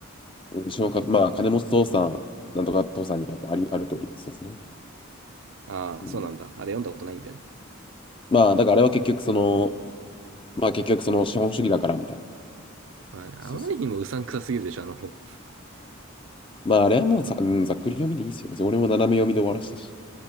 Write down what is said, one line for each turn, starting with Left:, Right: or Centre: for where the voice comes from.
Left: うちのか、まあ、金持ち父さん、なんとか父さんにやっぱあり、ある通り、そうですね。
Right: ああ、
Left: うん。
Right: そうなんだ。あれ読んだことないんだよね。
Left: まあ、だからあれは結局その、まあ結局その資本主義だからみたいな。
Right: まあね、あまりにもうさんくさすぎるでしょ、
Left: そうそう。
Right: あの本。
Left: まあ、あれはもうざ、うんざっくり読みでいいですよ。別に俺も斜め読みで終わらしたし。